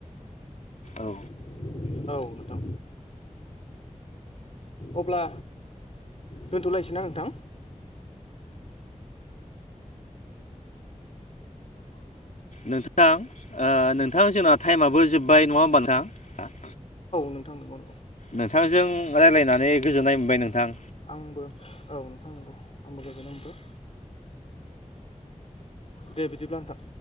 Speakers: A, on the left; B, on the left.
A: औ।
B: औ नोंथां अब्ला दोनथ'लायसै ना नोंथां।
A: नोंथां ओ नोंथां जोंना टाइमाबो जोबबाय नङा होमबा नोंथां।
B: नोंथां औ नंगौ नंगौ।
A: नोंथांजों रायलायनानै गोजोननाय मोनबाय नोंथां।
B: आंबो औ नोंथां नंगौ आंबो गोजोन मोनबाय। दे बिदिब्ला नोंथां।